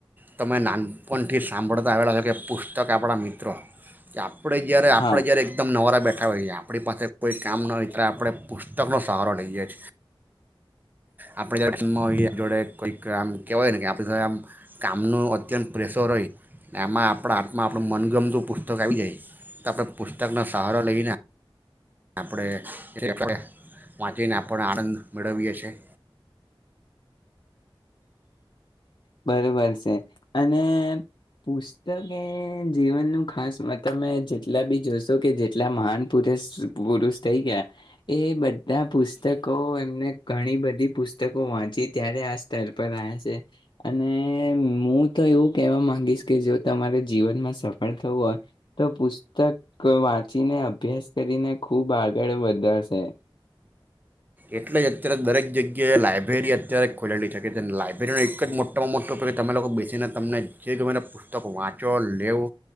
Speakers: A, on the right; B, on the left.
A: તમે નાનપણથી સાંભળતા આવેલા છો કે પુસ્તક આપણા મિત્રો કે આપણે જય્યારે આપણે
B: હા
A: જ્યારે એકદમ નવારા બેઠા આપણી પાસે કોઈ કામ ન હોય ત્યારે આપણે પુસ્તકનોો સહારો લઈએ છીએ આપણે જ્યારેમ જોડે કોઈક આમ કહેવાય ને કે આપણે આમ કામનું અત્યંત પ્રેશર હોય એમાં આપણા હાથમાં આપણું મનગમત પુસ્તક આવી જાય તો આપણે પુસ્તકનો સહારા લઈને આપણે એ <unintelligible> વાંચીને આપણે આનંદ મેળવી છીએ
B: બરોબર છે અને પુસ્તક એ જીવનનું ખાસમા તમે જેટલા બી જોશો કે જેટલા મહાન પુરષ પુરુષ થઈ ગયા એ બધા પુસ્તકો એમને ઘણી બધી પુસ્તકો વાંચી ત્યારે આ સ્તર પર આયા છે. અને મહુ તો એવું કહેવા માંગીશ કે જો તમારે જીવનમાં સફળ થવું હોય તો પુસ્તક વાંચીને અભ્યાસ કરીને ખૂબ આગળ વધાશે
A: એટલે જ અત્યારે દરેક જગ્યાએ લાયબ્રેરી અત્યારે ખોલેલી છે કે લાયબ્રેરીનો એક જ મોટામાં મોટો કે તમે લોકો બેસીને તમને જે ગમે તે પુસ્તક વાંચો લેવો